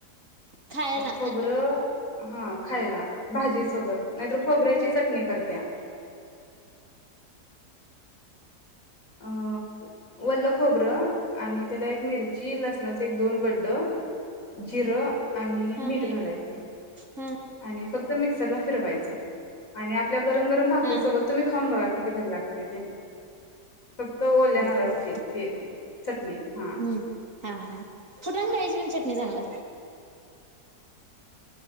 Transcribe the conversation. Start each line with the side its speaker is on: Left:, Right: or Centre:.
Right: खायला
Left: खोबर हा खायला भाजी सोबत नाहीत तर कुटया. खोबऱ्याची चटणी करत्या. अ वल्ल खोबर. आणि त्याला एक मिरची. ची लसणाचे एक दोन गड्ड. जिरं आणि मीठ
Right: हा
Left: घालायचं
Right: हा
Left: आणि फक्त मिक्सरला फिरवायच आणि आपल्या गरम गरम भाकरीसोबत
Right: हा
Left: तुम्ही खाऊन बघा किती भारी लागत ते. फक्त ओल्या नारळाची
Right: बघ बघ
Left: ते चटणी हा.
Right: हम्म हा हा कुटून घ्यायचीन चटणी चांगला.